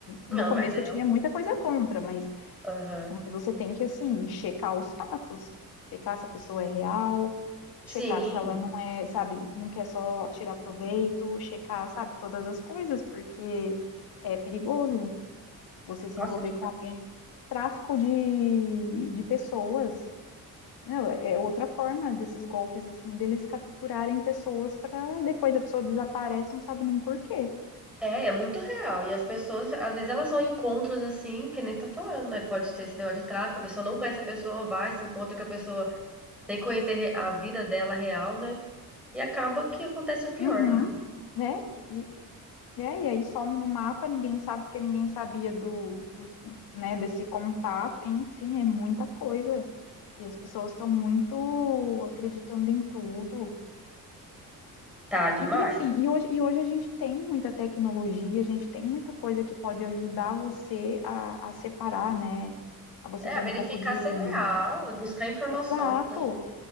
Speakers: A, on the left (about 75°); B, in the centre.
A: no
B: não,
A: começo
B: mas é
A: eu tinha
B: um
A: muita coisa contra, mas,
B: aham.
A: mas você tem que, assim, checar os fatos, checar se a pessoa é real, checar
B: Sim.
A: se ela não é, sabe, não quer só tirar proveito, checar, sabe, todas as coisas, porque é perigoso. Você se
B: Nossa,
A: envolver
B: tipo
A: com alguém. Tráfico de, de pessoas, né? É outra forma desses golpes, assim, deles capturarem pessoas para depois a pessoa desaparece, não sabe nem por quê.
B: É, é muito real. E as pessoas, às vezes, elas vão em encontros assim, que nem você tá falando, mas pode ter esse negócio de tráfico, a pessoa não conhece a pessoa, vai, se encontra com a pessoa sem conhecer re- a vida dela real, né? E acaba que acontece o pior,
A: Uhum,
B: né?
A: né? E, é, e aí some no mapa, ninguém sabe porque ninguém sabia do, dos- né, desse contato. Enfim, é muita coisa. E as pessoas estão muito acreditando em tudo.
B: Tá demais.
A: E, e assim, e hoje, e hoje a gente tem muita tecnologia, a gente tem muita coisa que pode ajudar você a, a separar, né? A você
B: É,
A: ter
B: verificar
A: um pouco de.
B: se é real, buscar informações,
A: Exato!
B: né?